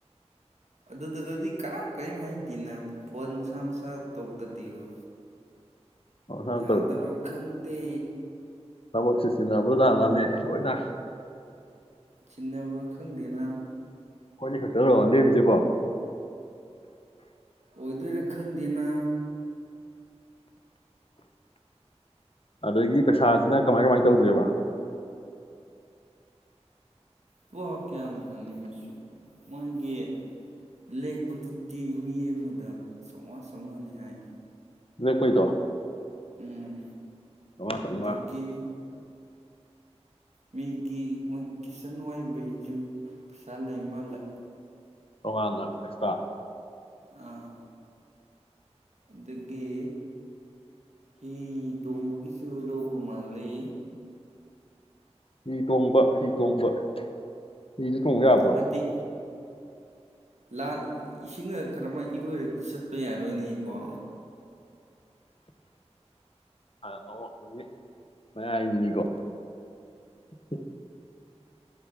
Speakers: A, on the right; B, on the left.
A: ꯑꯗꯨ ꯑꯗꯨ ꯑꯗꯨꯒ ꯀꯥ ꯀꯣꯏ ꯃꯍꯥꯏꯗꯤꯅ ꯐꯣꯟ ꯃꯁꯥ ꯃꯥꯁꯥ ꯇꯧꯗꯗꯤꯕ
B: ꯃꯁꯥꯅ
A: ꯌꯥꯗꯕ꯭ꯔꯥ ꯈꯪꯗꯦ
B: ꯊꯕꯛ ꯁꯤꯖꯤꯟꯅꯕ ꯂꯛꯂꯅꯦ ꯂꯣꯏꯅ
A: ꯁꯤꯅꯕꯕ꯭ꯔꯥ ꯈꯪꯗꯦꯅ
B: ꯈꯣꯏꯅꯦ ꯈꯛꯇꯔꯣ ꯂꯦꯝꯃꯤꯁꯤꯕꯣ
A: ꯑꯣꯏꯗꯣꯏꯔꯥ ꯈꯪꯗꯦꯅ
B: ꯑꯗꯒꯤ ꯄꯩꯁꯥꯁꯤꯅ ꯀꯃꯥꯏ ꯀꯃꯥꯏꯅ ꯇꯧꯗꯣꯏꯦꯕ
A: <unintelligible> ꯃꯣꯏꯒꯤ ꯂꯦꯛꯄꯗꯨꯗꯤ ꯃꯤ ꯑꯃꯗ ꯆꯥꯝꯃꯉꯥ ꯆꯥꯝꯃꯉꯥꯅꯤ ꯍꯥꯏ
B: ꯂꯦꯛꯄꯩꯗꯣ
A: ꯎꯝ
B: ꯆꯪꯑꯋꯥ
A: ꯑꯗꯒꯤ ꯃꯤꯒꯤ ꯀꯤꯆꯟ ꯋꯥꯏꯕꯩꯖꯨ ꯄꯩꯁꯥ ꯂꯩ ꯃꯥꯜꯂꯦ
B: ꯇꯣꯉꯥꯟꯅ ꯑꯦꯛꯁꯇ꯭ꯔꯥ
A: ꯑꯥ ꯑꯗꯒꯤ ꯍꯤ ꯇꯣꯡꯕꯒꯤꯁꯨ ꯂꯧꯕ ꯃꯥꯜꯂꯤ
B: ꯍꯤ ꯇꯣꯡꯕ ꯍꯤ ꯇꯣꯡꯕ ꯍꯤꯁꯨ ꯇꯣꯡ ꯌꯥꯕ꯭ꯔꯣ
A: ꯍꯥꯏꯕꯗꯤ ꯂꯥꯟ ꯏꯁꯤꯡ ꯈꯔ ꯑꯃ ꯏꯔꯣꯏꯔꯒꯗꯤ ꯆꯠꯄ ꯌꯥꯅꯤ ꯑꯗꯨꯏꯅꯤꯕ
B: ꯑꯣ ꯑꯣ ꯃꯤ ꯃ ꯍꯥꯏꯅꯤꯅꯤꯀꯣ <unintelligible>